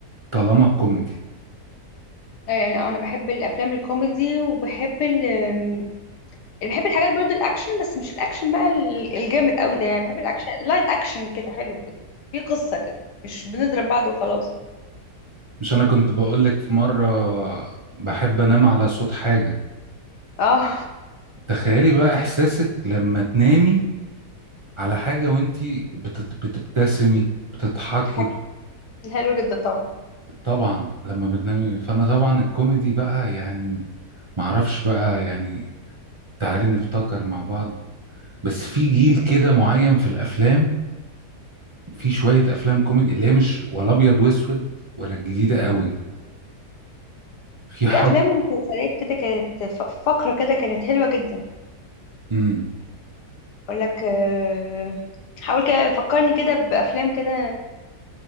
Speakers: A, on the right (about 35°); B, on the left (about 80°).
A: طالما كوميدي
B: آه، يعني آه، انا بحب الافلام الكوميدي وبحب ال أم، بحب الحاجات برضو الاكشن بس مش الاكشن بقى ال- الجامد قوي ده يعني بحب الاكشن لايت اكشن كده حلو كده في قصة كده مش بنضرب بعض وخلاص
A: مش انا كنت بقولك في مره بحب انام على صوت حاجه
B: اه
A: تخيلي بقى احساسك لما تنامي على حاجه وانتي بتت... بتبتسمي بتضحكي
B: <laughs> تضحك حلو جدا طبعا
A: طبعا لما بتنامي فانا طبعا الكوميدي بقى يعني معرفش بقى يعني تعالي نفتكر مع بعض بس في جيل كده معين في الافلام في شويه افلام كوميدي اللي هي مش ولا ابيض واسود ولا الجديده قوي في
B: في
A: حاجه
B: افلام ومسلسلات كده كانت ف- فقرة كده كانت حلوة جدا
A: امم
B: اقول لك آه، حاول كده فكرني كده بافلام كده